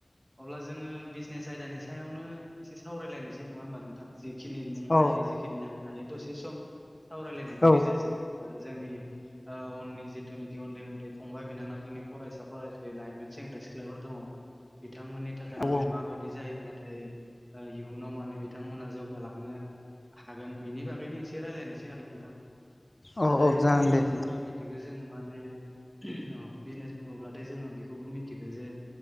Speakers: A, on the right; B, on the left.
A: अब्ला जोङो बिजनेस आयदानि सायावनो एसे सावरायलायनोसै नङा होमबा नोंथां जि खिनि नों
B: औ
A: हायो जिखिनि आं हायो दसे सम सावरायलायनायनि
B: औ
A: गेजेरजों जोंनि ओ उननि जिथुनोखि उन्दै उन्दै फंबाय बिनानाव जोंनि फरायसा-फरायसुलि लाइमोनसिम दा सिख्लाफोर दङ बिथांमोननि थाखाय
B: औ
A: माने माबायदि जायोब्ला नाथाय इयुनाव माने बिथांमोना जौगालांनो हागोन बिनि बागैनो एसे रायज्लायनोसै आरो नोंथां आदसा
B: औ
A: दायो
B: औ जागोन
A: जों बिजनेस
B: दे नोंथां
A: होनोबा मिथिगौ जोङो माने औ बिजनेस बुङोब्लाथाय जोङो बेखौबो मिथिगो जे